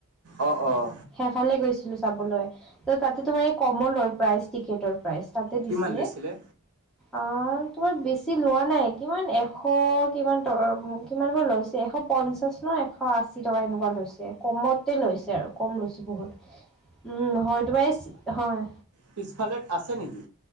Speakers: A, on the right (about 85°); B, in the centre.
A: অ অ'
B: হেফালে গৈছিলো চাবলৈ ত তাতে তোমাৰ এই কমলো লয় প্ৰাইচ টিকেটৰ। প্ৰাইচ তাতে দিছিলে
A: কিমান লৈছিলে?
B: অঁ' তোমাৰ বেছি- ছি লোৱা নাই কিমান এশ কিমান টকা কিমান কৈ লৈছ- এশ পঞ্চাশ ন এশ আশী টকা এনেকুৱা লৈছে কমতে লৈছে আৰু কম লৈছে। বহুত উম' হয় তোমাৰ এইচ হয়।
A: পিছফালেত আছে নেকি।